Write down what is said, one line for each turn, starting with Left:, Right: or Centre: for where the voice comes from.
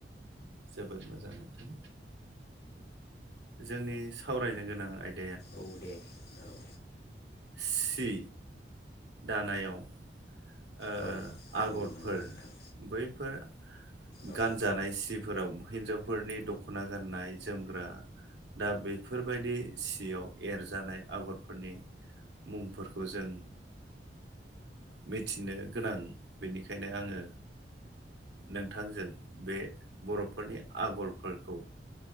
Right: जोबोद मोजां नोंथां जोंनि सावरायनो गोनां आयदा
Left: औ दे औ
Right: सि दानायाव ओ
Left: औ
Right: आगरफोर
Left: औ नंगौ नोंथां
Right: बैफोर
Left: औ
Right: गानजानाय सिफोराव फोरनि दख'ना गाननाय जोमग्रा दा बेफोरबायदि सियाव एरजानाय आगरफोरनि मुंफोरखौ जों मिथिनो गोनां बेनिखायनो आङो नोंथांजों बे बर'फोरनि आगरफोरखौ